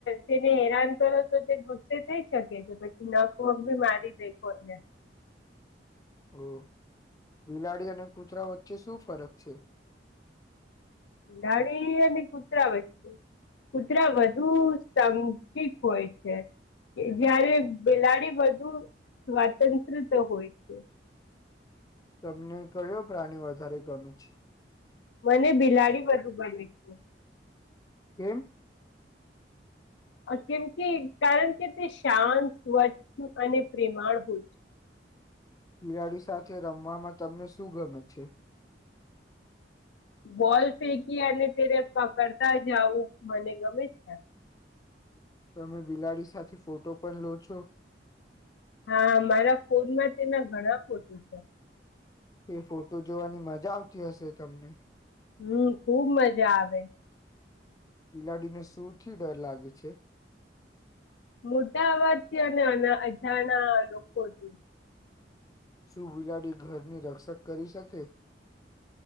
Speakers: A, on the left; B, on the left.
A: તેને હેરાન કરો તો તે ગુસ્સે થઈ શકે છે પછી ન પગ બી મારી દેખો એને
B: ઓહ બિલાડી અને કૂતરા વચ્ચે શું ફરક છે
A: બિલાડી અને કૂતરા વચ્ચે કુતરા વધુ સમજીક હોય છે જયારે બિલાડી બહુ સ્વતંત્ર હોય છે
B: તમને કયો પ્રાણી વધારે ગમે છે
A: મને બિલાડી વધુ ગમે છે
B: કેમ
A: કેમ કે કારણ કે તે શાંત સ્વચ્છ અને પ્રેમાળ હોય છે
B: <inaudible> બિલાડી સાથે રમવામાં તમને શું ગમે છે
A: બોલ ફેંકી અને તેને પકડતા જ આવું મને ગમે છે
B: તમે બિલાડી સાથે ફોટો પણ લો છો
A: હા મારા ફોનમાં તેના ઘણા ફોટો છે
B: એ ફોટો જોવાની મજા આવતી હશે તમને
A: હમ ખુબ મજા આવે
B: બિલાડીને સુુંથી ડર લાગે છે
A: મોટા અવાજથી અને અજાણા લોકોથી
B: શું બિલાડી ઘરની રક્ષક કરી શકે